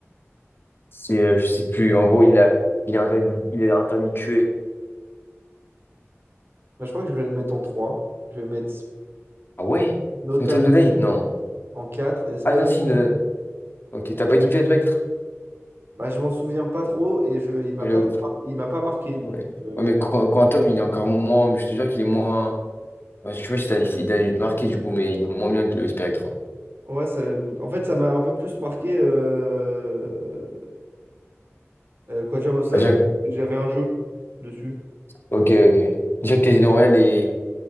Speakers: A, on the left; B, on the right.
A: C'est, euh, je sais plus, en gros, il a, il a interdit, il a interdit de tuer.
B: Bah, je crois que je vais le mettre en trois Je vais mettre Sp-
A: Ah ouais?
B: Notam
A: Noten Today? Non.
B: en 4 et Spectre.
A: Ah non, si, Noten. Ok, t'as pas kiffé Spectre?
B: Bah, je m'en souviens pas trop et je, il m'a
A: Ouais,
B: pas
A: j'avoue.
B: trop mar- il m'a pas marqué. Donc,
A: ouais.
B: euh,
A: Ouais, mais Qu- Quantum, il est encore moins, mais je te jure qu'il est moins. ouais, je sais pas si t'as, il a dû te marquer du coup, mais il est moins bien que le Spectre.
B: ouais, ça, en fait, ça m'a un peu plus marqué euh, euh, Quatuor of Solace
A: Ah, Jack-
B: parce que j'avais un jeu dessus.
A: Ok, ok. Jack Casino Royale et,